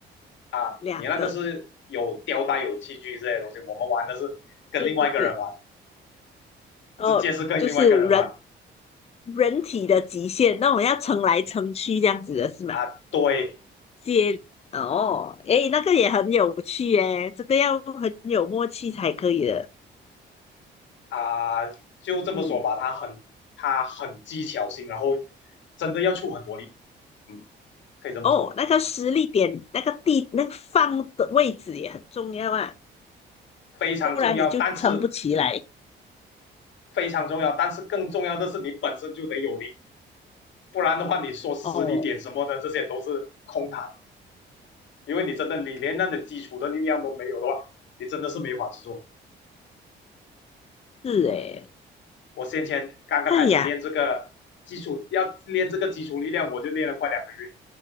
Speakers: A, on the left; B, on the left.
A: 啊，
B: 两个，
A: 你那个是有吊带、有器具这些东西，我们玩的是跟另外一个人玩，
B: 对对对，哦，
A: 直接是跟另外一个人玩
B: 就是人人体的极限，那我要撑来撑去这样子的是吗？
A: 啊。对
B: 接哦，诶，那个也很有趣诶，这个要很有默契才可以的。
A: 啊，就这么说吧，
B: 嗯，
A: 他很他很技巧性，然后真的要出很多力，嗯，可以这么说，
B: 哦，那个施力点，那个地，那个放的位置也很重要啊，
A: 非常重要，
B: 不然你就撑不起来。
A: 但是非常重要，但是更重要的是你本身就得有力，不然的话，你说实力点什么的，
B: 哦，
A: 这些都是空谈。因为你真的你连那种基础的力量都没有的话，你真的是没法子做。
B: 是诶，
A: 我先前刚刚开始练这个基础，
B: 哎呀，
A: 要练这个基础力量，我就练了快两个月。